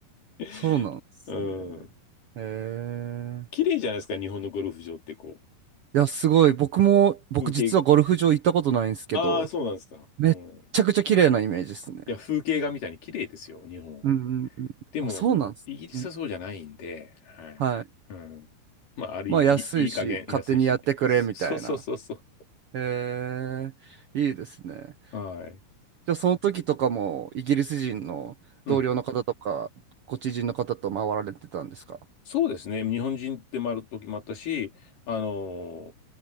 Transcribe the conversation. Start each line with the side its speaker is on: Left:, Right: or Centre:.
Left: <laughs>
Right: そうなんですね。
Left: うん。
Right: へえ。
Left: 綺麗じゃないですか、日本のゴルフ場ってこう、
Right: いや、すごい。僕も、僕実はゴルフ場行ったことないんですけど、
Left: 風景、ああ、そうなんですか。
Right: めっちゃくちゃ綺麗なイメージですね。
Left: うん。いや、風景画みたいに綺麗ですよ、日本は。
Right: うんうんうん。
Left: でも、
Right: あ、そうなんです。
Left: イギリスはそうじゃないんで、
Right: うん。
Left: はい。
Right: はい。
Left: うん。まあ、ある意味、
Right: まあ、安いし、
Left: いいい加減安いし。
Right: 勝手にやってくれ、
Left: そそうそうそうそう。
Right: みたいな。へえ。いいですね。
Left: はい。
Right: じゃあ、その時とかも、イギリス人の同僚の方とか、
Left: うん。
Right: ご知人の方と回られてたんですか
Left: そうですね。日本人で回る時もあったし、あの